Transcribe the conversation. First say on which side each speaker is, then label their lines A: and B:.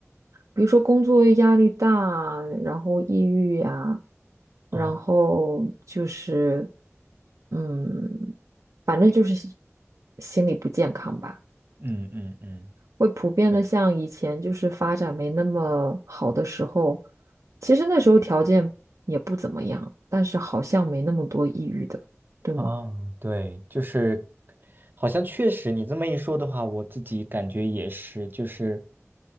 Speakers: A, on the right; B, on the right.
A: 比如说工作压力大，然后抑郁呀，
B: 哦，
A: 然后就是，嗯，反正就是心心理不健康吧。
B: 嗯嗯嗯，
A: 会普遍的像以前就是发展没那么好的时候，
B: 对，
A: 其实那时候条件也不怎么样，但是好像没那么多抑郁的，对吗？
B: 哦，对，就是好像确实你这么一说的话，我自己感觉也是，就是。